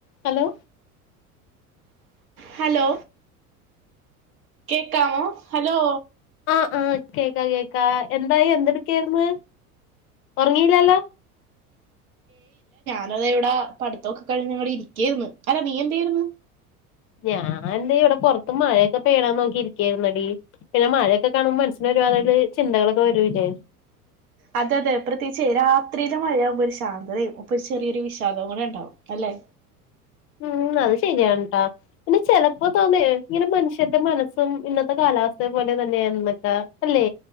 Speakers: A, on the left; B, on the right.
A: Hello
B: hello കേക്കാവോ hello
A: ആ ആ കേക്കാ കേക്കാ എന്തായി എന്തെട്ക്കെര്ന്ന് ഒറങ്ങില്ലല്ലോ
B: ഞാനിവിടെ പഠിത്തൊക്കെ കഴിഞ്ഞ് ഇവിടെ ഇരിക്കായിരുന്നു അല്ല നീ എന്തായിരുന്നു
A: ഞാൻ തെ ഇവടെ പൊർത്ത് മഴയൊക്കെ പെയ്യ്ണെ നോക്കി ഇരിക്കായിര്ന്നെടി പിന്നെ മഴ ഒക്കെ കാണുമ്പോ മനസ്സിന് ഒരു അതായത് ചിന്തകളൊക്കെ വരു എ
B: അതെ അതെ പ്രത്യേകിച്ച് രാത്രിയില് മഴയാകുമ്പോ ഒരു ശാന്തതയായിരിക്കും അപ്പൊ ഒരു ചെറിയൊരു വിഷാദവും കൂടെ ഉണ്ടാവും അല്ലെ
A: ഉം അത് ശരിയാണ് ആ പിന്നെ ചെലപ്പോ തോന്നെ ഇങ്ങനെ മനുഷ്യര്ടെ മനസ്സും ഇന്നത്തെ കാലാവസ്ഥയെ പോലെ തന്നെയാ എന്നൊക്കാ അല്ലേ